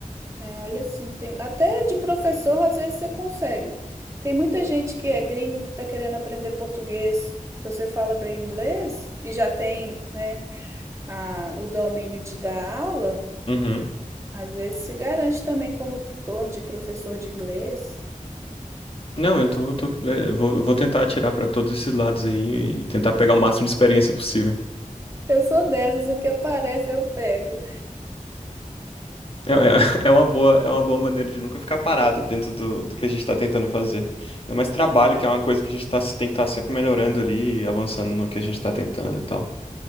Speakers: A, on the right; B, on the left.
A: É, olha assim, tem até de professor às vezes você consegue. Tem muita gente que é gringo que está querendo aprender português. Se você fala bem inglês e já tem, né, a, o domínio de dar aula,
B: Uhum.
A: às vezes se garante também como tutor de professor de inglês.
B: Não, eu tô, tô- é, eu vou, eu vou tentar atirar pra todos esses lados aí e tentar pegar o máximo de experiência possível.
A: Eu sou dessas, o que aparece eu pego.
B: É, é, <laughs> é uma boa, é uma boa maneira de nunca ficar parado dentro do, do que a gente está tentando fazer. Ainda mais trabalho,
A: Pois é.
B: que é uma coisa que a gente tá, tem que estar sempre melhorando ali, avançando no que a gente está tentando e tal.